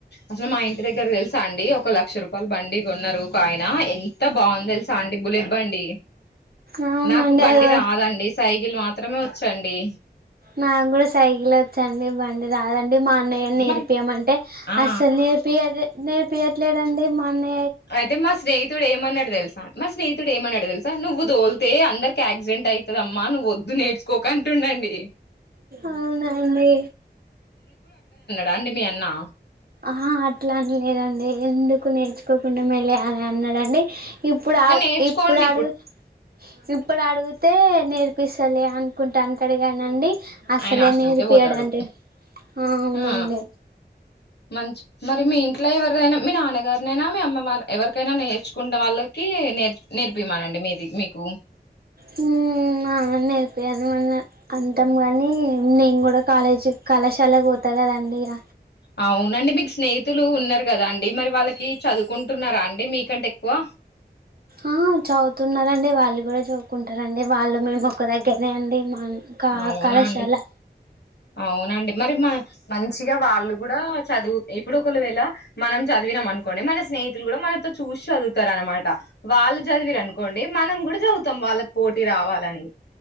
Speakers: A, on the left; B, on the right.
A: అసలు మా ఇంటి దగ్గర తెలుసా అండి ఒ ఒక లక్ష రూపాయలు బండి కొన్నారు ఒక ఆయన ఎంత బావుంది తెలుసా అండి బుల్లెట్ బండి
B: అవునా
A: నాకు
B: అండి
A: బండి
B: అదొ
A: రాదండి సైకిల్ మాత్రమే వచ్చండి
B: నాకు కూడా సైకిల్ వచ్చండి బండి రాదన్ డి మా అన్నయ్య నేర్పియ్యమంటే
A: మరి ఆ
B: అస్సలు నేర్పియ్యరే నేర్ పయట్లేదండి మన్నె
A: అయితే మా స్నేహితుడు ఏమన్నాడు తెలుసా నా స్నేహితుడు ఏమన్నాడు తెలుసా నువ్వు తోల్తే అందరికి ఆక్సిడెంట్ ఆయి ద అమ్మా నువ్వు వద్దు నేర్చుకోకు అంటుండు అండి ఏ
B: అవునండి
A: రండి మీ అన్నా
B: ఆహా అట్లా అని ఎమ్ లేదండి ఎందుకు నేర్చుకోకుండా మళ్ళీ యాలా అన్నాడండి ఇప్పుడు ఆ
A: కానీ నేర్చుకోండి
B: ఇప్పుడు అడుగు ఇప్పుడు అడిగితే నేర్పిస్తాలే అనీ కుంటా అంటడు కానీ అండి అస్సలే
A: ఆయన హాస్టల్కే
B: నేర్పియడండి
A: పోతాడు
B: అవునండి
A: ఆ మంచి మరి మీ ఇంట్లో ఎవరైనా మీ నాన్నగారైనా మీ అమ్మ మ ఎవరికైనా నేర్చుకుంట వాళ్ళకి నేర్ నేర్పిమనండి మీది మీ కు
B: హు మా అన్న <unintelligible> అంత టాం కానీ నేను కూడా కాలేజీ కళాశాల పోతా కదండి ఇగ
A: అవునండి మీకు స్నేహితులు ఉన్నారు కదా అండి మరి వాళ్ళకి చదువుకుంటున్నారా అండి మీకంటే ఎక్కువ
B: ఆ చదువుతున్నారండి వాళ్ళు కూడా చదువుకుంటారండి వాళ్ళు మేము ఓక్క దగ్గరనే అండి మా కా
A: అవునా
B: కళాశాల
A: అండి అవునండి మరి మ మంచిగా వాళ్ళు కూడా చదువు ఇప్పుడు ఒక వేళ మనం చదివినం అనుకో కొండి మన స్నేహితులు కూడా మనతో చూసి చదువుతారు అనమాట వాళ్ళు చదివిర్రు అనుకోండి మనం కూడా చదువుతాం వాళ్ళకి పోటీ రావాలని